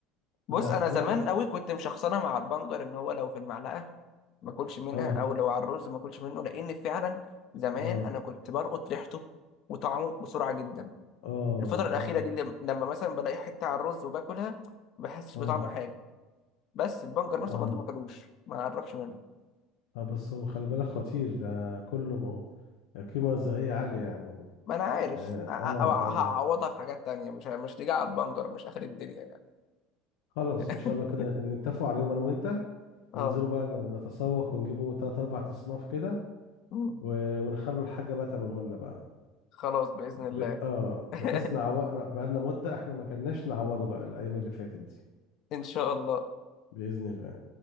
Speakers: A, on the left; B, on the left.
A: بص
B: لا
A: انا
B: أنا
A: زمان
B: بحب
A: قوي كنت مشخصنه مع البنجر ان هو لو في المعلقه ما اكلش منها
B: اه
A: او لو على الرز ما اكلش منه لان فعلا زمان
B: اه
A: انا كنت بلقط ريحته وطعمه بسرعه جدا
B: اه
A: الفتره الاخيره
B: اه
A: دي لم- لما مثلا بلاقي حته على الرز وباكلها ما بحسش
B: اه
A: بطعم حاجه بس البنجر نفسه
B: اه
A: برضه ما كلوش ما اعرفش منه
B: اه بس هو خلي بالك خطير ده كله قيمة غذائية عالية يعني
A: ما انا عارف
B: اه
A: أ- أ-
B: اه
A: هعوضها
B: آه.
A: في حاجات تانية مش مش تيجي على البنجر مش اخر الدنيا يعني
B: خلاص
A: <laughs>
B: ان شاء الله كده نتفقوا عليهم انا وانت
A: اه
B: ننزلوا بقى ن- نتسوق ونجيبوا تلات اربع اصناف كده
A: مم.
B: و- ونخلوا الحاجة بقى تعمله لنا بقى
A: خلاص باذن الله
B: ب... اه
A: <laughs>
B: بحيث نعو... بقى لنا مدة احنا ما كناش نعوضه بقى الايام اللي فاتت دي
A: ان شاء الله
B: بإذن الله